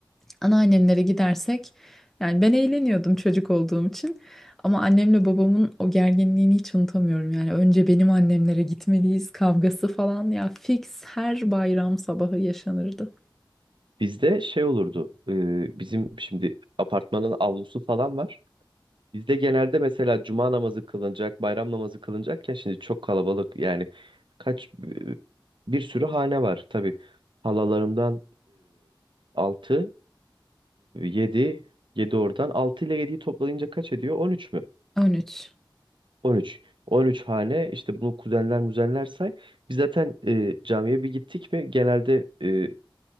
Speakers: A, in the centre; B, on the right.
A: anneannemlere gidersek yani ben eğleniyordum çocuk olduğum için ama annemle babamın o gerginliğini hiç unutamıyorum yani önce benim annemlere gitmeliyiz kavgası falan ya fix her bayram sabahı yaşanırdı
B: Bizde şey olurdu. e, bizim şimdi apartmanın avlusu falan var. Bizde genelde mesela cuma namazı kılınacak, bayram namazı kılınacakken şimdi çok kalabalık yani kaç e, bir sürü hane var tabii. Halalarımdan 6. 7, 7 oradan 6 ile yediyi toplayınca kaç ediyor? 13 mü?
A: 13
B: On üç. On üç hane işte bunu kuzenler muzenler say. Biz zaten e, camiye bir gittik mi genelde e,